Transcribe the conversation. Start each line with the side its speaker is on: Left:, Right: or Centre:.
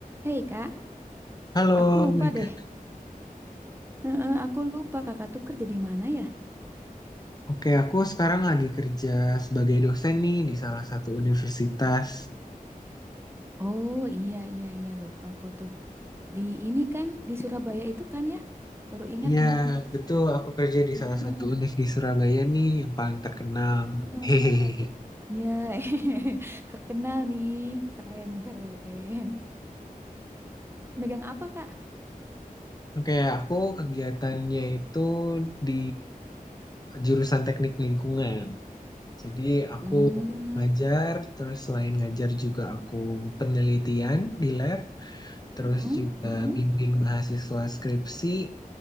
Right: Hei kak,
Left: Halo,
Right: aku lupa
Left: Mega.
Right: deh. Heeh, aku lupa kakak tuh kerja di mana ya?
Left: Oke, aku sekarang lagi kerja sebagai dosen nih di salah satu universitas.
Right: Oh iya iya iya lupa aku tuh. Di ini kan di Surabaya itu kan ya? Baru ingat
Left: Iya,
Right: nih.
Left: betul. Aku kerja di
Right: Heeh,
Left: salah satu univ di Surabaya nih yang paling terkenal.
Right: heeh,
Left: Hehehe.
Right: heeh. Iya, <laughs> terkenal nih. Keren keren. Megang apa kak?
Left: Oke, aku kegiatannya itu di jurusan teknik lingkungan. Jadi aku
Right: Hmm,
Left: ngajar, terus selain ngajar juga aku penelitian di lab. terus
Right: mm-mm,
Left: juga
Right: mm-mm,
Left: bimbing mahasiswa skripsi,